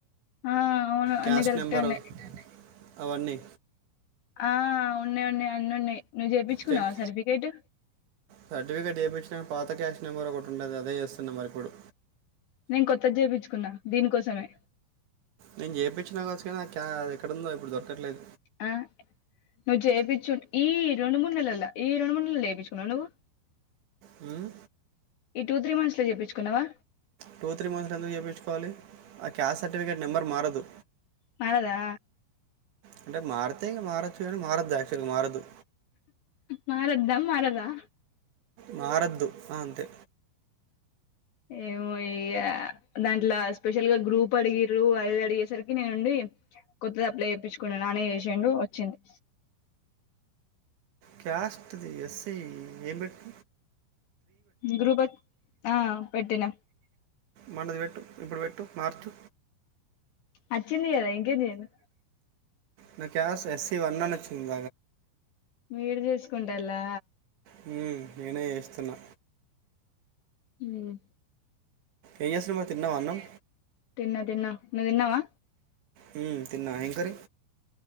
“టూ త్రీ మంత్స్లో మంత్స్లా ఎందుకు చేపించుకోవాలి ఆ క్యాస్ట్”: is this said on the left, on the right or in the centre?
Right